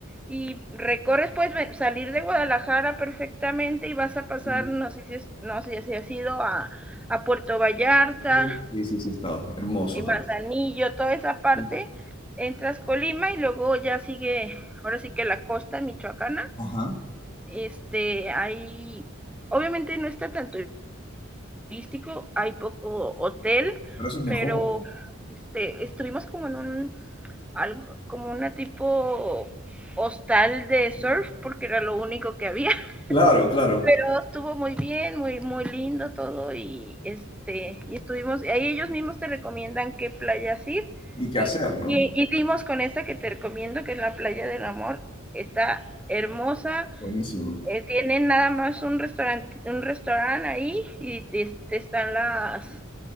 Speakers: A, in the centre; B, on the left.
A: y recorres, puedes salir de Guadalajara perfectamente y vas a pasar,
B: sí,
A: no sé si, es, no sé si has ido a, a Puerto Vallarta,
B: sí, sí, sí, he estado, hermoso
A: eh,
B: también.
A: Manzanillo, toda esa parte,
B: Sí.
A: entras Colima y luego ya sigue, ahora sí que la costa michoacana,
B: Ajá,
A: este, hay, obviamente no está tan turístico, hay poco hotel,
B: pero eso es mejor.
A: pero este, estuvimos como en un, algo, como una tipo hostal de surf,
B: Sí.
A: porque era lo único que había,
B: Claro, claro.
A: pero estuvo muy bien, muy, muy lindo todo y este, y estuvimos, ahí ellos mismos te recomiendan qué playas ir
B: Y qué
A: y,
B: hacer, ¿no?
A: y, y dimos con esta que te recomiendo, que es la playa del amor, está hermosa,
B: Buenísimo.
A: eh, tienen nada más un restaurante, un restaurante ahí y este, están las